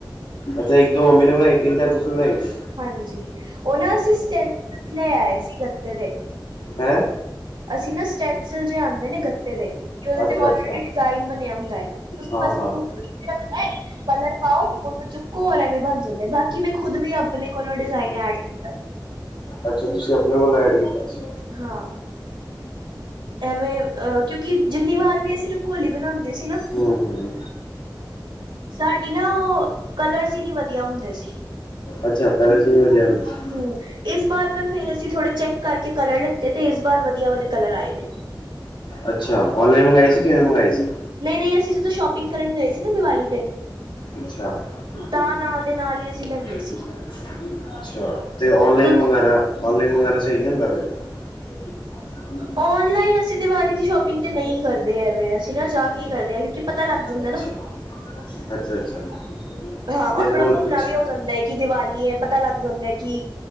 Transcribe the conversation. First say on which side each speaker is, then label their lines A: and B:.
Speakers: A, on the left (about 85°); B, on the right (about 75°).
A: ਅੱਛਾ ਇੱਕ- ਦੋ ਮੰਮੀ ਨੇ ਬਣਾਈ। ਤਿੰਨ- ਚਾਰ ਤੁਸੀ ਬਣਾਈ ਤੀ।
B: ਹਾਂਜੀ ਉਹ ਨਾ ਅਸੀਂ ਸਟੈਂ <unintelligible> ਲੈ ਆਏ ਸੀ ਗੱਤੇ ਦੇ।
A: ਹੈਂ।
B: ਅਸੀਂ ਨਾ ਸਟੈਂਸਿਲ ਜਿਹੇ ਆਉਂਦੇ ਨੇ ਗੱਤੇ ਦੇ ਉਹਦੇ
A: ਅੱਛਾ
B: ਤੇ ਔਲਰੇਡੀ
A: ਅੱਛਾ
B: ਡਿਜ਼ਾਇਨ ਬਣਿਆ ਹੁੰਦਾ ਹੈ ਉਸ <unintelligible>
A: ਹਾਂ ਹਾਂ
B: ਸਓਨੂੰ ਰੱਖਣਾ ਏ। ਕਲਰ ਪਾਓ ਉਹਨੂੰ ਚੁੱਕੋ ਐਵੇਂ ਬਣ ਜਾਂਦੇ ਬਾਕੀ ਮੈਂ ਖੁਦ ਵੀ ਆਪਣੇ ਕੋਲੋਂ ਡਿਜ਼ਾਇਨ ਐਡ ਕੀਤਾ
A: ਅੱਛਾ ਤੁਸੀਂ ਆਪਣੇ ਕੋਲੋਂ ਐਡ ਕੀਤਾ। ਸੀ
B: ਹਾਂ। ਐਵੇਂ, ਅਹ ਕਿਉਂਕਿ ਜਿੰਨੀ ਵਾਰ ਵੀ ਅਸੀਂ ਰੰਗੋਲੀ ਬਣਾਉਂਦੇ ਸੀ ਨਾ
A: ਹਮ- ਹਮ।
B: ਸਾਡੀ ਨਾ, ਉਹ ਕਲਰਸ ਨੀ ਵਧੀਆ ਹੁੰਦੇ ਸੀ।
A: ਅੱਛਾ ਕਲਰਸ ਨੀ ਵਧੀਆ ਹੁੰਦੇ।
B: ਹਮ ਇਸ ਬਾਰ ਪਰ ਫੇਰ ਅਸੀਂ ਥੋੜੇ ਚੈੱਕ ਕਰਕੇ ਕਲਰ ਲਿੱਤੇ ਤੇ ਇਸ ਬਾਰ ਵਧੀਆ ਵਾਲੇ ਕਲਰ ਆਏ ਨੇ।
A: ਅੱਛਾ ਔਨਲਾਈਨ ਮੰਗਵਾਏ ਸੀ ਕਿਵੇਂ ਮੰਗਵਾਏ ਸੀ।
B: ਨਹੀਂ- ਨਹੀਂ ਅਸੀਂ ਜਦੋਂ ਸ਼ੋਪਿੰਗ ਕਰਨ ਗਏ ਸੀ ਨਾ ਦੀਵਾਲੀ ਤੇ।
A: ਅੱਛਾ।
B: ਤਾਂ
A: <unintelligible>
B: ਨਾਲ ਦੇ ਨਾਲ ਹੀ ਅਸੀਂ ਲੈ ਲਏ ਸੀ
A: ਅੱਛਾ, ਤੇ ਔਨਲਾਈਨ
B: ਤੁ
A: ਮੰਗਾਣਾ। ਔਨਲਾਈਨ ਮੰਗਵਾਉਣਾ ਸਹੀ ਨਹੀਂ ਹੁੰਦਾ ਫਿਰ <unintelligible>
B: ਔਨਲਾਈਨ ਅਸੀਂ ਤੇ ਦਿਵਾਲੀ ਦੀ ਸ਼ੋਪਿੰਗ ਤੇ ਨਹੀਂ ਕਰਦੇ ਐਮੇ ਅਸੀਂ ਨਾ ਜਾ ਕੇ ਹੀ ਕਰਦੇ ਹਾਂ ਕਿਉਂਕਿ ਪਤਾ ਲੱਗ ਜਾਂਦਾ
A: ਅੱਛਾ
B: ਨਾ।
A: ਅੱਛਾ- ਅੱਛਾ।
B: ਹਾਂ
A: ਤੇ
B: ਔਰ ਥੋੜ੍ਹਾ
A: ਹੋਰ
B: ਘੁੰਮਣਾ
A: ਕੁਛ
B: ਵੀ ਹੋ ਜਾਂਦਾ ਹੈ ਕਿ ਦੀਵਾਲੀ ਹੈ ਪਤਾ ਲੱਗ ਜਾਂਦਾ ਹੈ ਕਿ